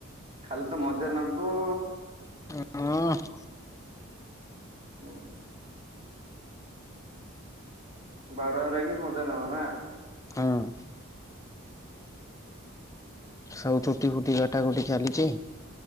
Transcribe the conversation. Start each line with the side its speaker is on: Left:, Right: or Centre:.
Right: ଖାଲି ତ ମଜା ନେବ।
Left: <inaudible>
Right: ହଁ ବାଡୁଆ ରହିକିି ମଜା ନବା ନା।
Left: ହୁଁ। ସବୁ ଚୁଟି ଫୁଟି କଟାକଟି ଚାଲିଛି।